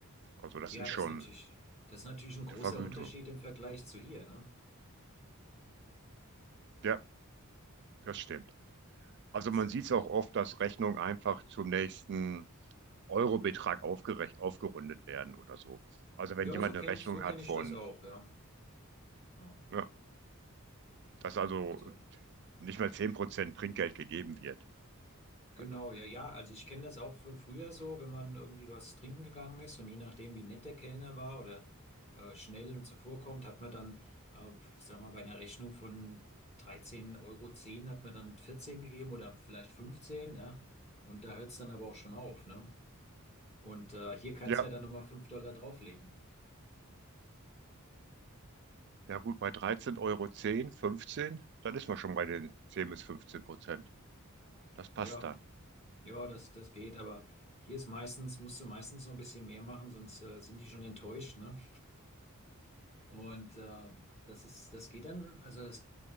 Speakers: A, on the right; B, on the left.
A: Also das
B: Ja,
A: ist
B: das
A: schon
B: ist natürlich, das ist natürlich
A: gute
B: ein großer
A: Vergütung.
B: Unterschied im Vergleich zu hier, ne?
A: Ja, das stimmt. Also
B: Das
A: man
B: ist wirklich.
A: sieht es auch oft, dass Rechnungen einfach zum nächsten Eurobetrag aufgerech- aufgerundet werden oder so. Also wenn
B: Ja,
A: jemand
B: so kenne
A: eine Rechnung
B: so kenn
A: hat
B: ich
A: von,
B: das auch, ja. Ja.
A: ja, dass also
B: Also.
A: nicht mal 10 Prozent Trinkgeld gegeben wird.
B: Genau,
A: Also
B: ja, ja. Also ich kenne das auch von früher so, wenn man irgendwie was trinken gegangen ist und je nachdem, wie nett der Kellner war oder äh, schnell und zuvorkommt, hat man dann, äh, sagen wir mal, bei einer Rechnung von 13,10 Euro zehn hat man dann 14 gegeben oder vielleicht 15, ja. Und da hört es dann aber auch schon auf, ne? Und äh, hier kannst
A: Ja,
B: du ja dann nochmal 5 Dollar drauflegen.
A: ja gut, bei 13,10 Euro, 15, dann ist man schon bei den 10 bis 15 Prozent. Das passt
B: Ja,
A: dann.
B: ja, das, das geht, aber hier ist meistens, musst du meistens noch ein bisschen mehr machen, sonst äh, sind die schon enttäuscht, ne? Und äh, das ist, das geht dann, also das